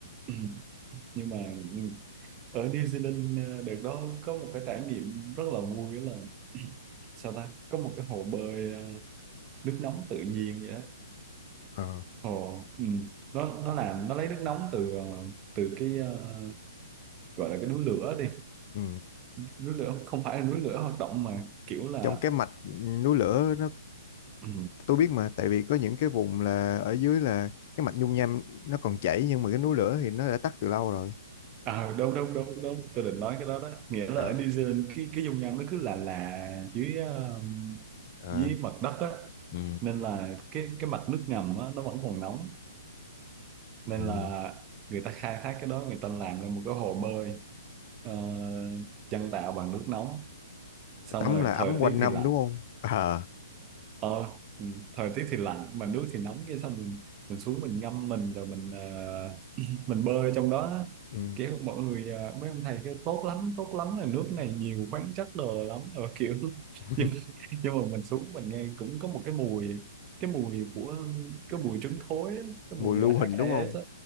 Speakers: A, on the right; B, on the left.
A: ừ. nhưng mà ừ, ở New Zealand ờ, đợt đó có một cái trải nghiệm rất là vui đó là sao ta có một cái hồ bơi ờ, nước nóng tự nhiên vậy đó
B: Ờ.
A: Ồ, ừ. Nó nó làm nó lấy nước nóng từ ờ, từ cái ờ, gọi là cái núi lửa đi,
B: Ừ.
A: núi lửa không phải là núi lửa hoạt động mà kiểu là
B: trong cái mạch núi lửa nó
A: ừ.
B: tôi biết mà tại vì có những cái vùng là ở dưới là cái mạch dung nham nó còn chảy nhưng mà cái núi lửa thì nó đã tắt từ lâu rồi
A: à, đâu đâu đâu đâu tôi định nói cái đó đó nghĩa là
B: à,
A: ở New Zealand cái cái dung nham nó cứ là là dưới ờ,
B: à,
A: dưới mặt đất á
B: ừ,
A: nên là cái cái mặt nước ngầm á nó vẫn còn nóng nên
B: ừ.
A: là người ta khai thác cái đó người ta làm ra một cái hồ bơi ờ, nhân tạo bằng nước nóng
B: là
A: xong
B: tắm
A: rồi
B: là ấm
A: thời
B: quanh
A: tiết
B: năm
A: thì lạnh
B: đúng không à
A: ờ ừ, thời tiết thì lạnh mà nước thì nóng cái xong mình mình xuống mình ngâm mình rồi mình ờ, mình bơi trong đó
B: ừ.
A: kiểu mọi người ờ, mấy ông thầy kêu tốt lắm tốt lắm là nước này nhiều khoáng chất đồ lắm rồi kiểu <laughs>
B: <laughs>
A: nhưng, mà- nhưng mà mình xuống mình nghe cũng có một cái mùi cái mùi của cái mùi trứng thối á, cái
B: mùa
A: mùi
B: lưu
A: HAS
B: huỳnh đúng không
A: á